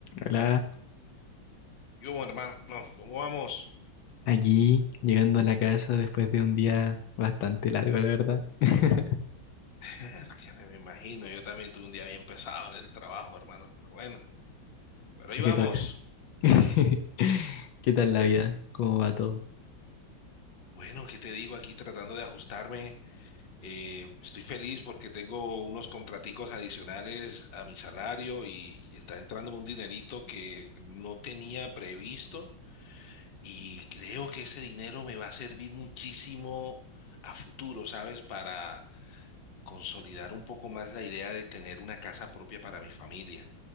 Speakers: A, on the left (about 75°); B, on the left (about 35°).
A: Hola,
B: Yo, bueno, hermano, ¿cómo vamos?
A: aquí llegando a la casa después de un día bastante largo, la verdad. <laughs>
B: <laughs> Que me imagino, yo también tuve un día bien pesado en el trabajo, hermano, pero bueno, pero ahí
A: Lo
B: vamos.
A: que toca. <laughs> ¿Qué tal
B: <laughs>
A: la vida? ¿Cómo va todo?
B: Bueno, ¿qué te digo aquí tratando de ajustarme? Eh, estoy feliz porque tengo unos contraticos adicionales a mi salario y, está entrando un dinerito que no tenía previsto y creo que ese dinero me va a servir muchísimo a futuro, ¿sabes? Para consolidar un poco más la idea de tener una casa propia para mi familia.